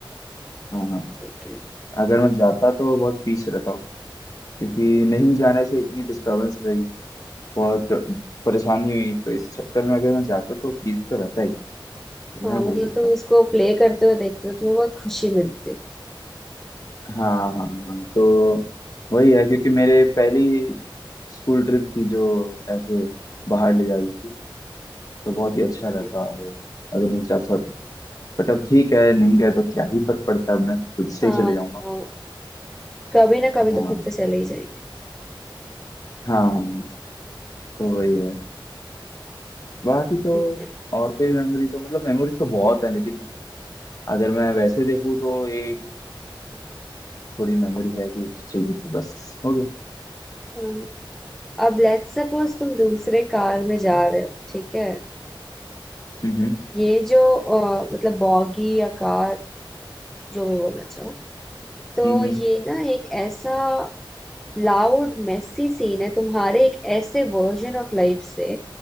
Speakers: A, on the left; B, in the centre.
A: हाँ हाँ
B: ठीक है
A: अगर मैं जाता तो बहुत पीस रहता हूँ क्योंकि नहीं जाने से इतनी डिस्टरबेंस रही बहुत परेशानी हुई तो इस चक्कर में अगर मैं जाता तो फीस तो रहता ही तो
B: हाँ
A: ये मैं बोल
B: मतलब
A: सकता
B: तुम
A: हूँ
B: उसको प्ले करते हुए देखते हो तो तुम्हें बहुत खुशी मिलती
A: हाँ हाँ हाँ तो वही है क्योंकि मेरे पहली स्कूल ट्रिप थी जो ऐसे बाहर ले जा रही थी तो बहुत ही अच्छा रहता
B: है।
A: वो अगर मैं जाता तो बट अब ठीक है नहीं गए तो क्या ही फर्क पड़ता है अब मैं खुद से
B: हाँ
A: ही चले जाऊंगा
B: हाँ कभी ना कभी
A: हाँ
B: तो
A: हाँ
B: खुद से चले ही जाएंगे
A: हाँ, हाँ, तो वही है बाकी तो
B: ठीक है
A: और कोई मेमोरी तो मतलब मेमोरीज तो बहुत है लेकिन अगर मैं वैसे देखूँ तो एक थोड़ी मेमोरी है भी चाहिए थी बस हो गया
B: हाँ, अब लेट्स सपोज तुम दूसरे कार में जा रहे हो ठीक है
A: हम्म
B: ये जो अ, मतलब बॉगी या कार जो भी बोलना चाहो तो
A: हम्म
B: ये ना एक ऐसा लाउड मेसी सीन है तुम्हारे एक ऐसे वर्जन ऑफ लाइफ से